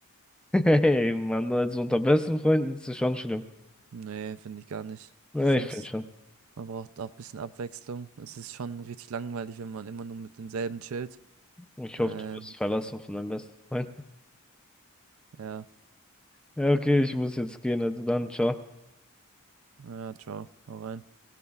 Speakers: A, in the centre; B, on the right.
A: <laughs> Hey, Mann, also unter besten Freunden ist es schon schlimm.
B: Nee, finde ich gar nicht.
A: Ja,
B: Ich finde,
A: ich finde schon.
B: man braucht auch ein bisschen Abwechslung. Es ist schon richtig langweilig, wenn man immer nur mit denselben chillt.
A: Ich hoffe,
B: Ähm,
A: du wirst verlassen von deinem besten Freund. <laughs>
B: ja.
A: Ja, okay, ich muss jetzt gehen, also dann, ciao.
B: Ja, ciao, hau rein.